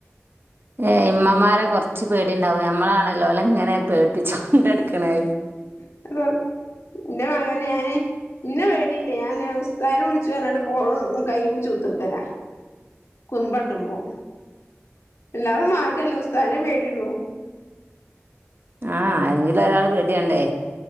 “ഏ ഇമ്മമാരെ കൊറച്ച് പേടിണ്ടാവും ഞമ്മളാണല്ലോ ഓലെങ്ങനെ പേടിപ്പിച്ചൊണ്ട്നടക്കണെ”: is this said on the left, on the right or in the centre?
Right